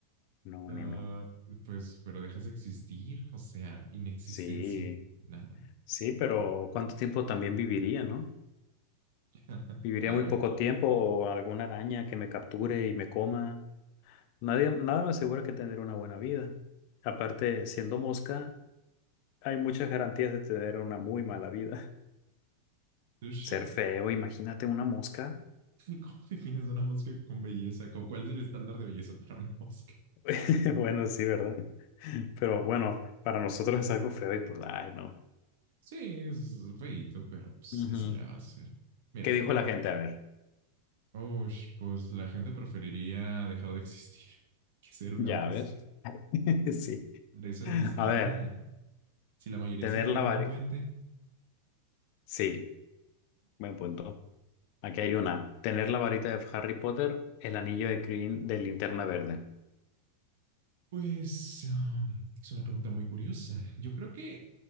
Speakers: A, on the left (about 45°); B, on the right (about 55°).
A: no,
B: Ah,
A: no, no.
B: pues, pero dejas de existir, o sea, inexistencia,
A: Sí,
B: nada.
A: sí, pero ¿cuánto tiempo también viviría, no?
B: <laughs>
A: Viviría
B: Está
A: muy
B: bien.
A: poco tiempo o alguna araña que me capture y me coma. Nadie, nada me asegura que tendré una buena vida. Aparte,
B: Mm.
A: siendo mosca, hay muchas garantías de tener una muy mala vida. <laughs>
B: Touché.
A: Ser feo, imagínate una mosca.
B: <laughs> ¿Cómo defines una mosca con belleza? ¿Cómo- ¿Cuál es el estándar de belleza para una mosca?
A: <laughs> Bueno, sí, ¿verdad? Pero bueno, para nosotros es algo feo y pues, ay, no.
B: Sí, es feíto, pero pues,
A: Ujú.
B: ¿qué se le va a hacer? Mira,
A: ¿Qué dijo la gente? A ver.
B: ush, pues la gente preferiría dejar de existir <laughs> que ser una
A: Ya
B: mosca.
A: ves. <laughs> Sí.
B: Pero eso no dice
A: A
B: nada.
A: ver,
B: Si la mayoría
A: tener
B: se tira
A: la
B: de
A: varita.
B: un puente,
A: Sí, buen punto. Aquí hay una. Tener la varita de Harry Potter, el anillo de Green de Linterna Verde.
B: Pues um, es una pregunta muy curiosa. Yo creo que